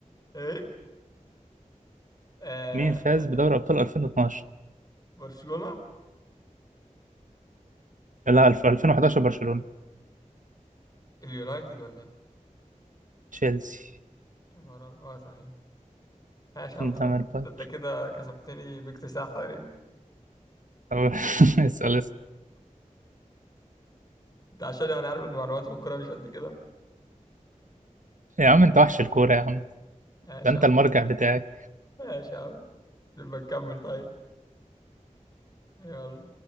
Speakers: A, on the left (about 30°); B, on the right (about 70°).
A: ايه آه
B: مين فاز
A: آه،
B: بدوري ابطال 2012
A: برشلونة
B: لا الف- 2011 برشلونة
A: اليونايتد ولا ايه؟
B: تشيلسي
A: يا نهار أبيض. اه صحيح ماشي يا
B: انت
A: عم سلمى
B: مال باير
A: انت كده كسبتني باكتساح تقريبا
B: أو- <laughs> اسال اسال
A: انت عشان يعني عارف ان معلومات في الكورة مش قد كده
B: يا عم انت وحش الكورة يا عم
A: ماشي
B: ده انت
A: يا عم
B: المرجع بتاعي
A: ماشي يا عم نبقى نكمل طيب يلا